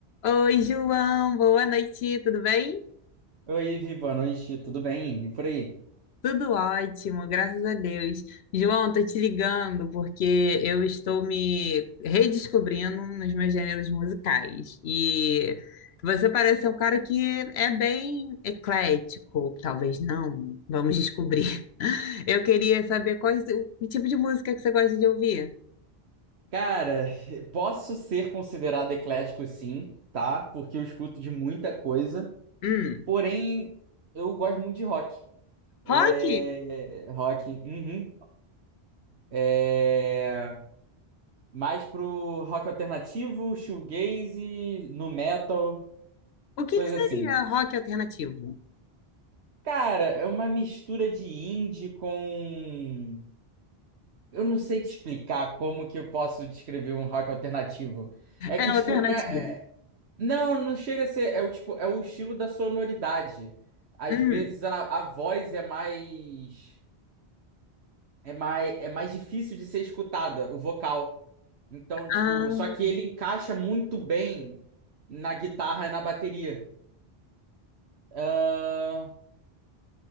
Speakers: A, on the left; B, on the right.
A: Oi, João, boa noite, tudo bem?
B: Oi, Viva, boa noite, tudo bem? E por aí?
A: Tudo ótimo, graças a Deus. João, tô te ligando porque eu estou me redescobrindo nos meus gêneros musicais. E você parece ser um cara que é bem eclético, talvez não, vamos descobrir. <laughs> Eu queria saber quais, o tipo de música que você gosta de ouvir.
B: Cara, <laughs> posso ser considerado eclético sim, tá? Porque eu escuto de muita coisa,
A: Hum,
B: porém eu gosto muito de rock. É...
A: rock?
B: Rock, uhum. É... Mais pro rock alternativo, shoegaze, nu metal,
A: O que
B: coisa
A: que
B: assim.
A: seria rock alternativo?
B: Cara, é uma mistura de indie com... Eu não sei te explicar como que eu posso descrever um rock alternativo. É que,
A: É alternativo.
B: tipo, não é Não, não chega a ser. É o tipo, é o estilo da sonoridade. Às
A: Hum.
B: vezes a, a voz é mais, é mais, é mais difícil de ser escutada, o vocal. Então, tipo,
A: Ah.
B: só que ele encaixa muito bem na guitarra e na bateria. Ahn,